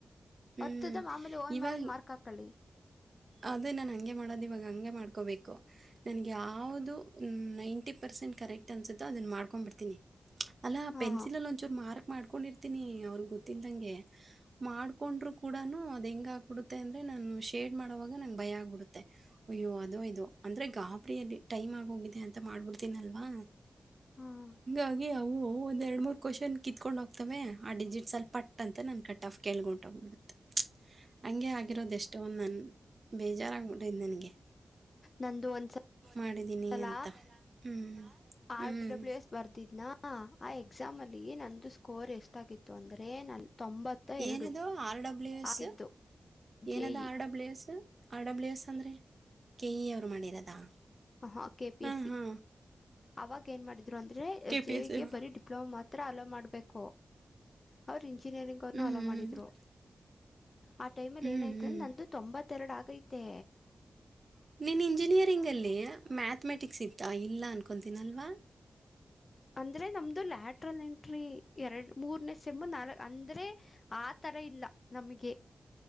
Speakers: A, on the right; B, on the left.
A: ಹ್ಮ್.
B: ಹತ್ತುದ ಮಾಮೂಲಿ ೋಯಿ
A: ಇವಾಗ
B: ಮರಲ್ ಮಾರ್ಕ್ ಹಾಕೊಳ್ಳಿ
A: ಅದೇ ನಾನನ್ ಹಂಗೆ ಮಾಡೋದು ಇವಾಗ ಹಂಗೆ ಮಾಡ್ಕೋಬೇಕು ನನ್ಗೆ ಯಾವವುದು ನೈಂಟಿ ಪರ್ಸೆಂಟ್ ಕರೆಕ್ಟ್ ಅನ್ಸುತ್ತೋ ಅದನ್ನ ಮಾಡ್ಕೊಂಡ್ಬಡ್ತೀನಿ ಅಲ್ಲ
B: ಹಾ
A: ಪೆನ್ಸಿಲ್ ಲಂಚೂ ಮಾರ್ಕ್ ಮಾಡ್ಕೊಂಡಿರ್ತೀನಿ ಅವ್ರಗ್ ಗೊತ್ತಲ್ದಂಗೆ ಮಾಡ್ಕೊಂಡ್ರು ಕೂಡಾನನು ಅದ ಹೆಂಗ ಹ ಆಕ್ಬಿಡುತ್ತೆ ಅಂದ್ರೆ ನಾನು ಶೇಟ್ ನ ಭಯ ಆಗ್ಬಿಡುತ್ತೆ ಅಯ್ಯೋ ಅದೋ ಇದು ಅಂದ್ರೆ ಗಾಬರಿಲ್ಲಿ ಟೈಮ್ ಆಗೋಗಿದೆ ಅಂತ ಮಾಡ್ಬಿಡ್ತನಲ್ವಾ
B: ಹ್ಮ್
A: ಹಾಗಿ ಅವು ಒಂದ ಎರಡ್ ಮೂರ್ ಕ್ವಶನ್ ಕಿತ್ಕೊಂಡ್ ಹೋಗ್ತಾವ ಆ ಡಿಜಿಟ್ ಅಲ್ಲಿ ಪಟ್ ಅಂತ ನ ಕಟ್ ಆ್ ಕ್ಬಿಡುತ್ತ ಹ ಆಗಿರೋದು ಎಷ್ಟ ಬೇಜಾರಾಗಬಿಟ್ಟೈ್ ನನ್ಗೆ
B: ನಂದು ಒಂದ್ಸಲ
A: ಮಾಡಿದ್ದೀನಿ
B: ಸಲ
A: ಅಂತ ಹ್ಞೂ
B: ಆರ್ಡಬ್ಲ್ಯೂ
A: ಹ್ಞೂ
B: ಎಸ್ ಬರ್ದಿದ್ನಾ ಆಯ ಎಕ್ಸಾಮ್ ಅಲ್ಲಿ ಏ ಅ ಒಂದು ಸ್ಕೋರ್ ಎಷ್ಟ ಆಾಗಿತ್ತು ಅಂದ್ರೆ ೇ ನಲ್ ತೊಂಬತ್ತ ಎರಡು
A: ಏನದೋ ಆರ್ಡಬ್ಲ್ಯೂ ಎಸ್
B: ಆಗಿದ್ದು
A: ಏನದ
B: ಜೆ E
A: R W S R W S ಅಂದ್ರೆ ಕೆಇ ಅವ್ರು ಮಾಡಿರೋದಾ
B: ಹಹಾ ಕೆ ಪಿ
A: ಹಾ
B: ಎಸ್ ಸಿ
A: ಹಾ
B: ಅವಾಗ ಏನ್ ಮಾಡಿದ ಇದ ಅಂದ್ರೆ
A: ಕೆ
B: ಜೆ
A: ಪಿ ಎಸ್
B: ವಿಗೆ
A: ಹ್ಮ್
B: ಬರಿ ಡಿಪ್ಲೊಮಾ ಹ ಅಲೋ ಮಾಡ್ಬೇಕು ಅವ್ರ ಇಂಜಿನಿಯರಿಂಗ್
A: ಅವ್ರು
B: ಅವನ್ನ ಆಲೋ ಮಾಡಿದ್ರು ಆ ಟೈಮ ಅಲ್ಲಿ
A: ಹ್ಮ್
B: ಏನಯಐತ
A: ಹ್ಮ್
B: ಅಂದ ನಂದು ತೊಂಬತ್ತರ ಆಗೈ ಂತೆ
A: ನೀನ್ ಇಂಜಿನಿಯರಿಂಗ್ ಅಲ್ಲಿ ಮ್ಯಾಥಮೆಟಿಕ್ಸ್ ಇತ್ತ ಇಲ್ಲ ಅನ್ಕ ಕೊಂತಿನಲ್ವಾ
B: ಅಂದ್ರೆ ನಮ್ದು ಲ್ಯಾಟ್ರಲ್ ಎಂಟ್ರಿ ಎರಡು ಮೂರ್ನೇ ಸಮ್ಮು ನಾಲ್ಕ ಅಂದ್ರೆ ಆ ತರ ಇಲ್ಲ ನಮಗೆ